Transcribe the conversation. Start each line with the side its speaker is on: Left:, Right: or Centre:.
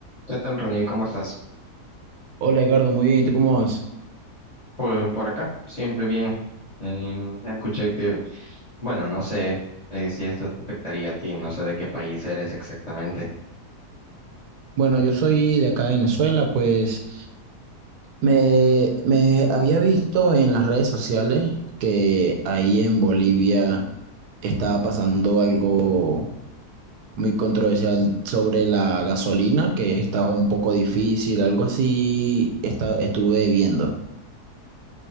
Left: ¿Qué tal, Ronnie? ¿Cómo estás?
Right: Hola Edgardo, muy bien, ¿y tú cómo vas?
Left: Pues por acá, siempre bien. Em, escuché que, bueno, no sé eh, si esto te afectaría a ti, no sé de qué país eres exactamente.
Right: Bueno, yo soy de acá de Venezuela, pues me, me había visto en las redes sociales que ahí en Bolivia estaba pasando algo muy controversial sobre la gasolina, que estaba un poco difícil, algo así esta- estuve viendo.